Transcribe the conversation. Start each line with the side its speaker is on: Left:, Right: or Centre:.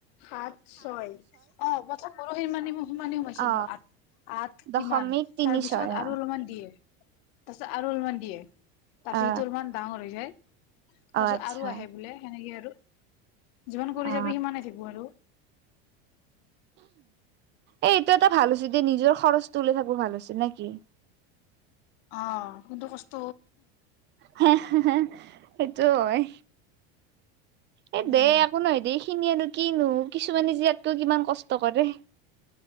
Left: সাত ছয় অহ ', প্রথম। ম সেই মানিব। সিমানে সোমাইছে
Right: অ
Left: ন আঠ- আঠ
Right: দশমিক
Left: কিমান
Right: তিনি
Left: তাৰপিছত
Right: ছয় অ
Left: আৰু অলপমান দিয়ে। তাৰ পিছত আৰু অলপমান দিয়ে। তাৰ
Right: অ
Left: সিটোৰ ইমান ডাঙৰ হৈ যায়। <inaudible> তাৰ
Right: অ
Left: পিছত
Right: আচ্ছা
Left: আৰু আহে বোলে সেনেকে। হ <unintelligible> যিমান কৰি
Right: অ
Left: যাবি সিমানে থাকিব আৰু।
Right: এই এইটো এটা ভাল হৈছে যে নিজৰ খৰচ তুলি থাকো ভাল হৈছে নেকি?
Left: অ' কোনটো কষ্ট।
Right: হ হ <unintelligible> সেইটো হয়। এ
Left: উম
Right: দে একো নহয় দি। খিনি আৰু কিনো কিছুমানে জীয়াতকৈ কিমান কষ্ট কৰে।